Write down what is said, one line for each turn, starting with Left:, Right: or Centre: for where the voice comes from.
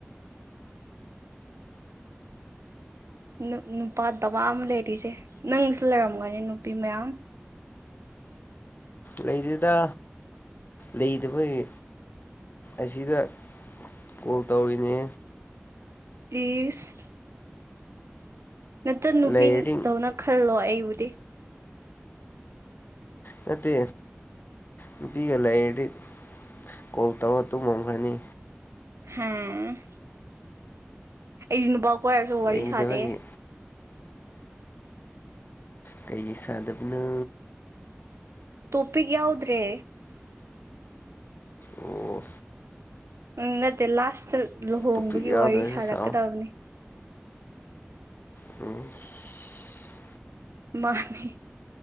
Right: ꯅꯨ ꯅꯨꯄꯥ ꯗꯕꯥ ꯑꯃ ꯂꯩꯔꯤꯁꯦ ꯅꯪꯁꯨ ꯂꯩꯔꯝꯒꯅꯤ ꯅꯨꯄꯤ ꯃꯌꯥꯝ
Left: ꯂꯩꯗꯦꯗ ꯂꯩꯗꯕꯒꯤ ꯑꯁꯤꯗ ꯀꯣꯜ ꯇꯧꯔꯤꯅꯦ
Right: ꯢꯁ ꯅꯆꯟ ꯅꯨꯄꯤꯗꯧꯅ
Left: ꯂꯩꯔꯗꯤ
Right: ꯈꯜꯂꯣ ꯑꯩꯕꯨꯗꯤ
Left: ꯅꯠꯇꯦ ꯅꯨꯄꯤꯒ ꯂꯩꯔꯗꯤ ꯀꯣꯜ ꯇꯧꯔ ꯇꯨꯝꯃꯝꯈ꯭ꯔꯅꯤ
Right: ꯍꯪ <unintelligible> ꯀꯣꯏꯔꯁꯨ ꯋꯥꯔꯤ
Left: ꯂꯩꯗꯕꯒꯤ
Right: ꯁꯥꯗꯦ
Left: ꯀꯩꯒꯤ ꯁꯥꯗꯕꯅꯣ
Right: ꯇꯣꯄꯤꯛ ꯌꯥꯎꯗ꯭ꯔꯦ
Left: ꯑꯣ
Right: ꯎꯝ ꯅꯠꯇꯦ ꯂꯥꯁ ꯆꯠ ꯂꯨꯍꯣꯡꯕꯒꯤ
Left: ꯇꯣꯄꯤꯛ ꯌꯥꯎꯗ꯭ꯔꯁꯨ
Right: ꯋꯥꯔꯤ ꯁꯥꯔꯛꯀꯗꯕꯅꯤ
Left: ꯁꯥꯎ <unintelligible>
Right: ꯃꯥꯍꯅꯤ